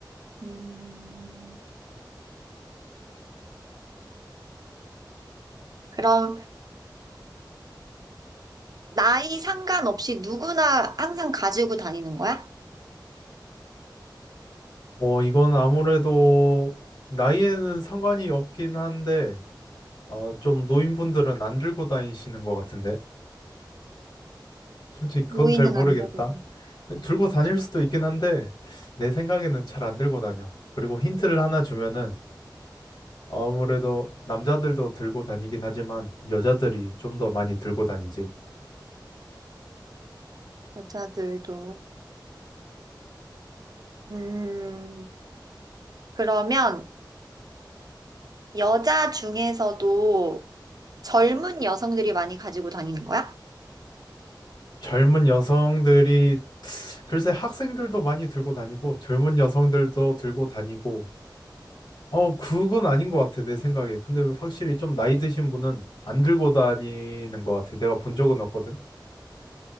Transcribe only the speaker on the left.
어, 이건 아무래도 나이에는 상관이 없긴 한데, 어, 좀 노인분들은 안 들고 다니시는 것 같은데. 솔직히 그건
잘 모르겠다.
들고 다닐 수도 있긴 한데, 내 생각에는 잘 안 들고 다녀. 그리고 힌트를 하나 주면은, 아무래도 남자들도 들고 다니긴 하지만, 여자들이 좀 더 많이 들고 다니지.
젊은 여성들이, 글쎄 학생들도 많이 들고 다니고, 젊은 여성들도 들고 다니고, 어, 그건 아닌 것 같아, 내 생각에. 근데 확실히 좀 나이 드신 분은 안 들고 다니는 것 같아. 내가 본 적은 없거든.